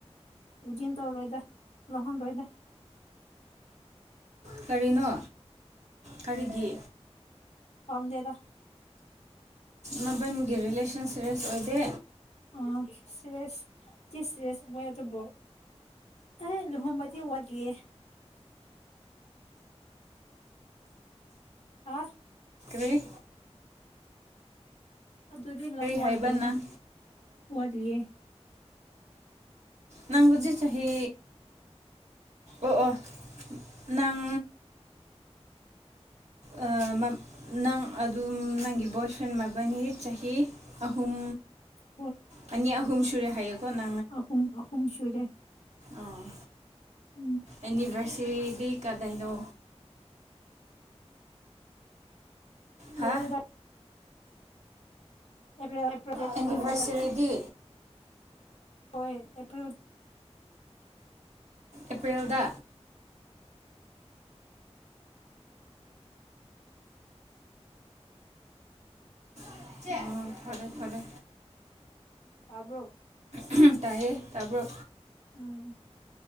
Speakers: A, on the left; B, on the right.
A: ꯎꯖꯤꯟ ꯇꯣꯔꯣꯏꯗ ꯂꯣꯍꯟ ꯔꯣꯏꯗ꯫
B: ꯀꯔꯤꯅꯣ ꯀꯔꯤꯒꯤ
A: ꯐꯥꯝꯗꯦꯗ꯫
B: ꯃꯕꯟꯅꯤꯒꯤ ꯔꯤꯂꯦꯁꯟ ꯁꯤꯔꯦꯁ ꯑꯣꯏꯗꯦ꯫
A: ꯑ ꯁ ꯁꯤꯔꯦꯁ ꯆꯤ ꯁꯤꯔꯦꯁ ꯑꯣꯢ ꯇꯕꯣ ꯑꯩ ꯂꯨꯍꯣꯡꯕꯗꯤ ꯋꯥꯗꯤꯌꯦ꯫ ꯑꯥ꯫
B: ꯇꯦ꯫
A: ꯑꯗꯨꯗꯤ ꯂ ꯋꯥꯂꯤꯌꯦꯗ
B: ꯍꯥꯏꯕ ꯅꯪ
A: ꯋꯥꯜꯂꯤꯌꯦ꯫
B: ꯅꯪ ꯍꯨꯖꯤꯛ ꯆꯍꯤ ꯑꯣ ꯑꯣ ꯅꯪ
A: <inaudible>
B: ꯑ ꯃꯝ ꯅꯪ ꯑꯗꯨꯝ ꯅꯪꯒꯤ ꯕꯣꯏ ꯐ꯭ꯔꯦꯟ ꯃꯕꯥꯅꯤ ꯆꯍꯤ ꯑꯍꯨꯝ
A: <inaudible>
B: ꯑꯅꯤ ꯑꯍꯨꯝ ꯁꯨꯔꯦ ꯍꯥꯏꯌꯦꯀꯣ ꯅ
A: ꯑꯍꯨꯝ ꯑꯍꯨꯝ ꯁꯨꯔꯦ꯫
B: ꯑꯥ
A: ꯎꯝ
B: ꯑꯦꯅꯤꯚꯔꯁꯦꯔꯤꯗꯤ ꯀꯗꯩꯅꯣ꯫ ꯍꯥ
A: ꯂꯣꯢꯔꯦꯗ꯫ ꯑꯦꯄ꯭ꯔꯤꯜ ꯑꯦꯄ꯭ꯔꯜ ꯗꯦꯠ
B: ꯑꯦꯅꯤꯚꯔꯁꯔꯤꯗꯤ
A: ꯁꯂꯩꯗ ꯍꯣꯏ ꯑꯦꯄ꯭ꯔꯜ꯫
B: ꯑꯦꯄ꯭ꯔꯤꯜꯗ꯫ <inaudible> ꯑꯥ ꯐꯔꯦ ꯐꯔꯦ
A: ꯇꯥꯕ꯭ꯔꯣ
B: ꯎꯍꯨꯝ ꯇꯌꯦ꯫ ꯇꯥꯕ꯭ꯔꯣ꯫
A: ꯎꯝ꯫